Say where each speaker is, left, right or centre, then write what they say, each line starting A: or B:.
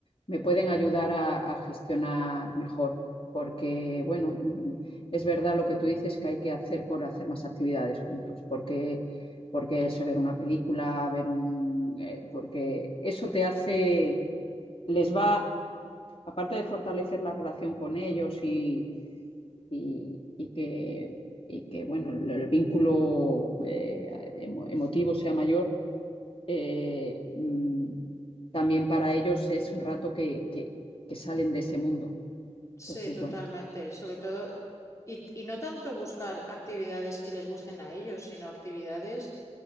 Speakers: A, on the left (about 50°); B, on the left (about 25°).
A: me pueden ayudar a, a gestionar mejor, porque bueno, mm, es verdad lo que tú dices que hay que hacer por hacer más actividades juntos, porque, porque eso, ver una película, ver un, eh, porque eso te hace, les va aparte de fortalecer la relación con ellos y y, y que, y que, bueno, el, el vínculo eh, emo- emotivo sea mayor, eh, mm, también para ellos es un rato que, que- que salen de ese mundo.
B: Sí,
A: Entonces,
B: totalmente.
A: bueno.
B: Sobre todo Y, y no tanto buscar actividades que les gusten a ellos, sino actividades,